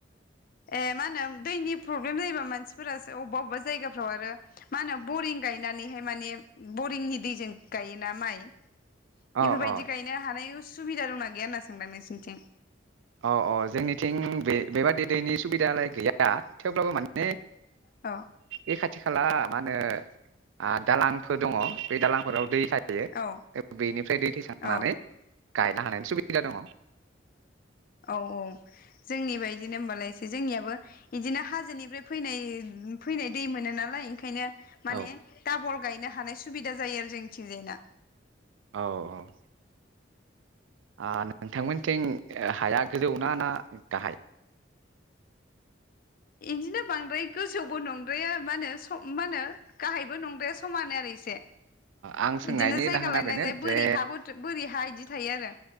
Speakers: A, on the left; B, on the right.
A: ए मा होनो दैनि प्रब्लेम जायोबा मानसिफोरा अबेबा अबेबा जायगाफ्राव आरो मा होनो बरिं गायनानैहाय माने बरिंनि दैजों गायोना माइ
B: अ
A: बेफोरबायदि
B: अ
A: गायनो हानाय सुबुबिदा दंना गैया होनना सोंदां नोंसोरनिथिं
B: अ अ जोंनिथिं बे बेबादि दैनि सुबिदालाय गैया थेवब्लाबो माने
A: औ
B: बे खाथि खाला मा होनो ओ दालांफोर दङ' बे दालांफोराव दै थायो थायो
A: औ
B: बेनिफ्राय दै थैखांनानै
A: औ
B: गायनो हानायनि सुबिदा दङ'
A: औ औ जोंनि बायदिनो होमबालाय एसे जोंनियाबो बिदिनो हाजोनिफ्राय फैनाय फैनाय दै मोनो नालाय ओंखायनो माने
B: औ
A: दाबल गायनो हानाय सुबिदा जायो आरो जोंनिथिंजायना
B: औ औ ओ नोंथांमोनथिं हाया गोजौना ना गाहाय
A: इदिनो बांद्राय गोजौबो नंद्राया मा होनो सम मा होनो गाहायबो नंद्राया स समानो आरो इसे
B: आं सोंनायनि
A: इदिनो जायगा
B: जाहोना
A: लायनानै
B: बेनो
A: ज
B: जे
A: बोरै हाबो बोरि हा इदि थायो आरो